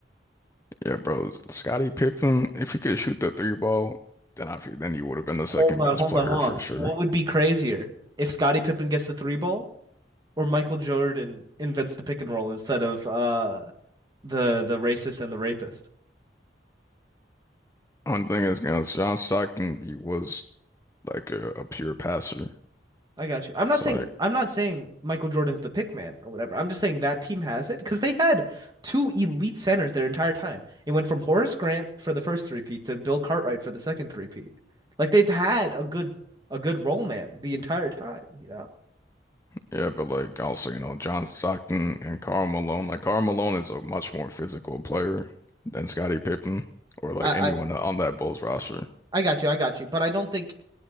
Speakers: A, on the left; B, on the right.
A: Yeah, bro, Scottie Pippen, if he could shoot the three ball, then I feel then he would have been the second
B: Hold on,
A: best
B: hold
A: player
B: on, hold
A: for
B: on.
A: sure.
B: What would be crazier if Scottie Pippen gets the three ball or Michael Jordan invents the pick and roll instead of uh the the racist and the rapist?
A: One thing is, you know, John Stockton, he was like a, a pure passer.
B: I got you. I'm not
A: It's
B: saying
A: like,
B: I'm not saying Michael Jordan's the pick man or whatever. I'm just saying that team has it because they had two elite centers their entire time. It went from Horace Grant for the first three-peat to Bill Cartwright for the second three-peat. Like they've had a good a good role man the entire time, you know.
A: yeah, but like also, you know, John Stockton and Karl Malone. Like Karl Malone is a much more physical player than Scottie Pippen or like
B: I
A: anyone
B: I,
A: on that Bulls roster.
B: I got you. I got you. But I don't think